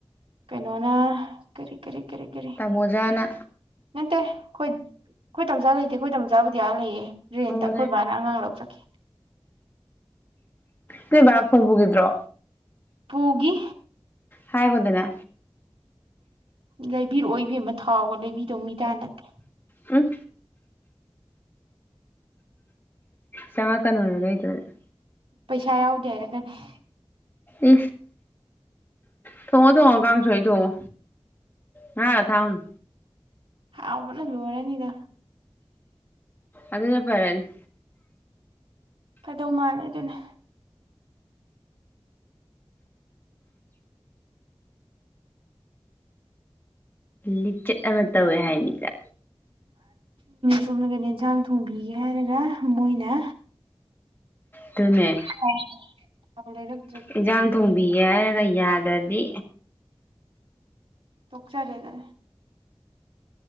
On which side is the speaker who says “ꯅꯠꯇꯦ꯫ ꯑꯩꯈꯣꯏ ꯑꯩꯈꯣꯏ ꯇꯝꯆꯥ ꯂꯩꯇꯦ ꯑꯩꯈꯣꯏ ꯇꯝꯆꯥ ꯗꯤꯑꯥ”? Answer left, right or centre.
Right